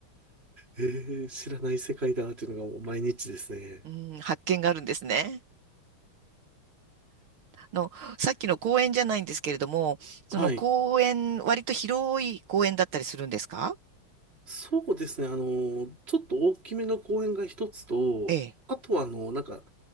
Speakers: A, on the right; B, on the right.
A: えー、知らない世界だっていうのがもう毎日ですね。
B: うん、発見があるんですね。の、さっきの公園じゃないんですけれども、その公園、
A: はい。
B: 割と広い公園だったりするんですか
A: そうですね。あの、ちょっと大きめの公園が一つと、
B: ええ、
A: あとはあの、なんか、